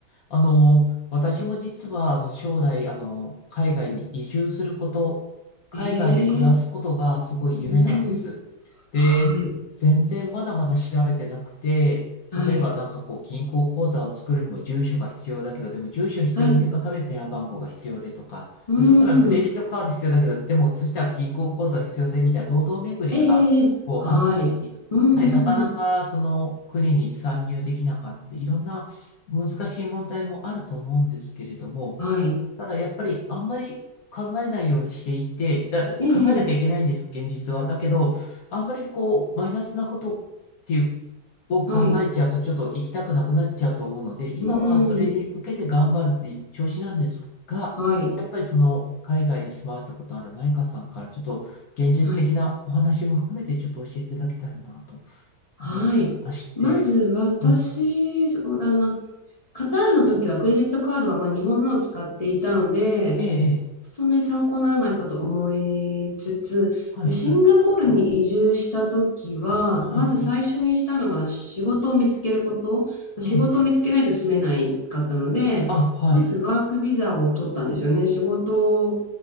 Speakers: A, on the left; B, on the left.
A: あの、私も実は、あの、将来、あの、海外に移住すること、海外で暮らすことがすごい夢なんです。
B: ええ、うん。
A: で、
B: はい。
A: 全然まだまだ調べてなくて、
B: はい。
A: 例えばなんかこう、銀行口座を作るにも住所が必要だけど、でも住所必要のために電話番号が必要でとか、
B: はい。うん。
A: で、そしたらクレジットカード必要だけど、でもそしたら銀行口座が必要でみたいな堂々巡りが、
B: ええ、ええはい。
A: こう、あったり、
B: うん、うん、
A: やはりなかなかその国に参入できなかったり、
B: うん。
A: いろんな難しい問題もあると思うんですけれども、
B: はい。
A: ただやっぱりあんまり考えないようにしていて、だ考えなきゃいけないんです、
B: ええ、ええ
A: 現実は。だけど、あんまりこう、マイナスなことっていう、を考えちゃうとちょっと行きたくなくなっちゃうと思うので、
B: はい。
A: 今はそれに向けて頑張るっていう調子なんですが、
B: うん。はい。
A: やっぱりその海外に住まわれたことあるマイカさんからちょっと現実的なお話も含めてちょっと教えていただけたらなと
B: はい。はい。
A: 思ってまして、
B: まず私、
A: まあ、
B: そうだな。カタールの時はクレジットカードはまあ日本のを使っていたので、
A: ええ、ええ、
B: そんなに参考にならないかと思いつつ、
A: はい、
B: シンガポールに移住した時は、
A: はい。はい、
B: まず最初にしたのが仕事を見つけること。
A: はい。
B: 仕事を見つけないと住めないかったので、
A: ええ、ええ。あ、はい、
B: まずワークビザを取ったんですよね。仕事